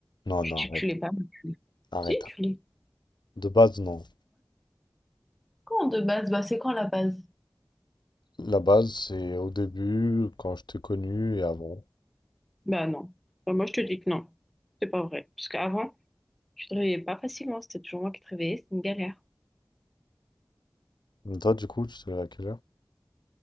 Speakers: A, on the left; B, in the centre.
A: Non,
B: Tu,
A: non,
B: tu,
A: arrête,
B: tu l'es pas, mais tu l'es.
A: arrête.
B: Si, tu l'es.
A: De base, non.
B: Quand de base? Bah, c'est quand la base?
A: La base, c'est au début, quand je t'ai connu et avant.
B: Bah non. Bah, moi, je te dis que non. C'est pas vrai. Parce qu'avant, tu te réveillais pas facilement. C'était toujours moi qui te réveillais. C'était une galère.
A: Mais toi, du coup, tu te lèves à quelle heure?